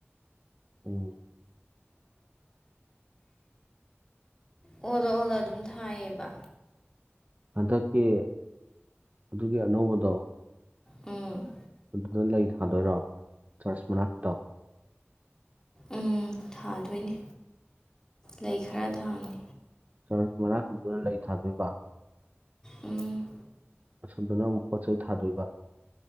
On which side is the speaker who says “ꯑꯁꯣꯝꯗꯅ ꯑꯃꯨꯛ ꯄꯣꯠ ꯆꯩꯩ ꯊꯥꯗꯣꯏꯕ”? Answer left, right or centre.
Right